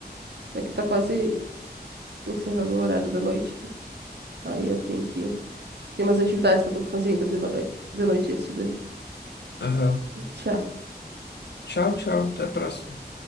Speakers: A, on the right; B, on the left.
A: é que tá quase encerrando o horário da noite aqui. Aí eu tenho que Tem umas atividades que eu tenho que fazer ainda de, no- eh, de noite antes de dormir.
B: Aham.
A: Tchau.
B: Tchau, tchau, até a próxima.